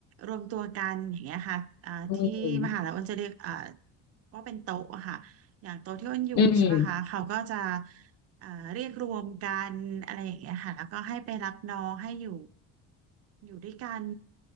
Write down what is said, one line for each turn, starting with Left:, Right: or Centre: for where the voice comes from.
Right: รวมตัวกันอย่างเงี้ยค่ะอ่าที่มหาลัยอ้นจะเรียกอ่า
Left: อืม
Right: ว่าเป็นโต๊ะอะค่ะอย่างโต๊ะที่อ้นอยู่ใช่ไหมคะเขาก็จะ
Left: อืม
Right: เอ่อเรียกรวมกันอะไรอย่างเงี้ยค่ะแล้วก็ให้ไปรับน้องให้อยู่อยู่ด้วยกัน